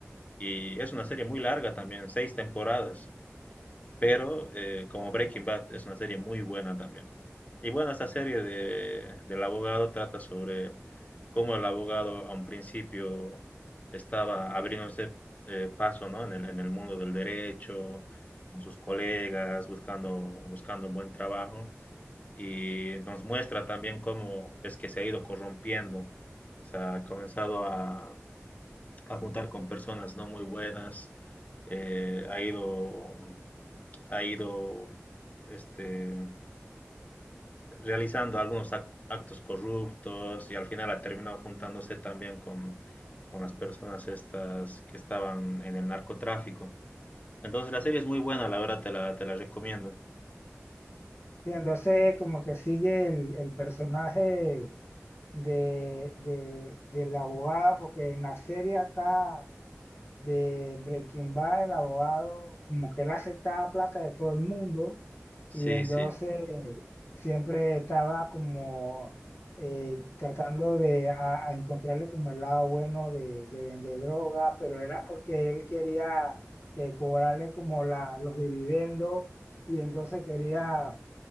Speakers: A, on the left; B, on the left.
A: Y es una serie muy larga también, seis temporadas pero eh, como
B: Wow.
A: Breaking Bad es una serie muy buena también. Y bueno, esta serie de, del abogado trata sobre cómo el abogado a un principio estaba abriéndose eh, paso, ¿no? en el, en el mundo del derecho, con sus colegas, buscando, buscando buen trabajo. Y nos muestra también cómo es que se ha ido corrompiendo. O sea, ha comenzado a, a juntar con personas no muy buenas, eh, ha ido ha ido este, realizando algunos actos corruptos y al final ha terminado juntándose también con, con las personas estas que estaban en el narcotráfico. Entonces la serie es muy buena, la verdad te la, te la recomiendo.
B: Sí, entonces como que sigue el, el personaje de, de, del abogado, porque en la serie acá de Breaking Bad, el abogado, como que él aceptaba plata de todo el mundo
A: Sí,
B: y entonces
A: sí,
B: eh, siempre estaba como eh, tratando de a- a encontrarle como el lado bueno de, de vender droga, pero era porque él quería eh, cobrarle como la, los dividendos y entonces quería